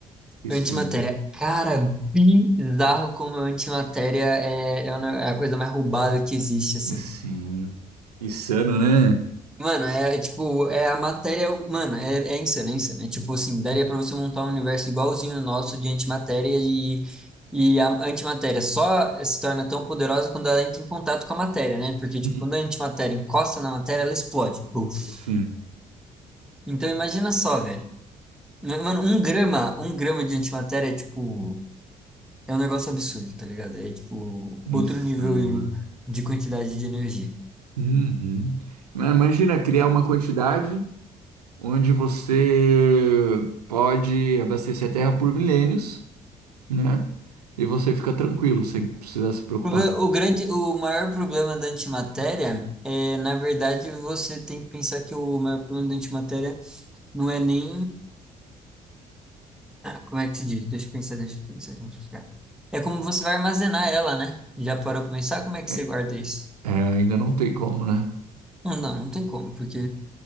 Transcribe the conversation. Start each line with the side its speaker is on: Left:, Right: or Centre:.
Right: Isso
Centre: Antimatéria.
Right: aí.
Centre: Cara, bizarro como antimatéria é, é a é a coisa mais roubada que existe, assim.
Right: Assim, insano, né?
Centre: Mano, é, é tipo, é a matéria. Mano, é, é insano, é insano. É tipo assim, daria pra você montar um universo igualzinho o nosso de antimatéria e, e a antimatéria só se torna tão poderosa quando ela entra em contato com a matéria, né? Porque, tipo,
Right: Hum.
Centre: quando a antimatéria encosta na matéria, ela explode. Buf.
Right: Assim,
Centre: Então, imagina só, velho. Mano, um grama, um grama de antimatéria é tipo. é um negócio absurdo, tá ligado? É tipo
Right: é
Centre: outro
Right: insano,
Centre: nível
Right: né?
Centre: de quantidade de energia.
Right: Uhum. Mas Imagina criar uma quantidade. onde você pode abastecer a Terra por milênios, né? E você fica tranquilo, sem precisar se preocupar.
Centre: Proble- O grande, o maior problema da antimatéria é, na verdade, você tem que pensar que o maior problema da antimatéria não é nem, como é que se diz? Deixa eu pensar, deixa eu pensar, como explicar. É como você vai armazenar ela, né? Já parou pra pensar como é que
Right: É,
Centre: você guarda isso?
Right: é, ainda não tem como, né?
Centre: Não, não, não tem como, porque